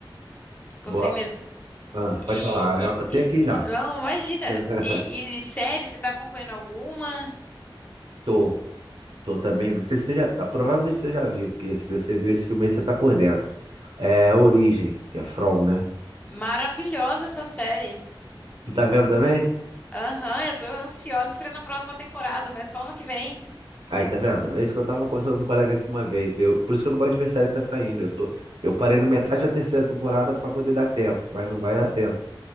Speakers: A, on the left; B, on the right.
A: Gostei
B: Vou,
A: mesmo.
B: ah, pode
A: E,
B: falar, eu anotei
A: e- e se-
B: aqui já.
A: não, imagina.
B: <laughs>
A: E, e série, você tá acompanhando alguma?
B: Tô, tô também. Não sei se você já, ah, provavelmente você já viu, porque se você viu esse filme aí, você tá por dentro. É Origem, que é From, né?
A: Maravilhosa essa série.
B: Tu tá vendo também?
A: Aham, eu tô ansiosa esperando a próxima temporada, mas só ano que vem.
B: Aí, tá vendo? É isso que eu tava conversando com um colega aqui uma vez. Eu, por isso que eu não gosto de ver série que tá saindo. Eu tô, eu parei na metade da terceira temporada pra poder dar tempo, mas não vai dar tempo.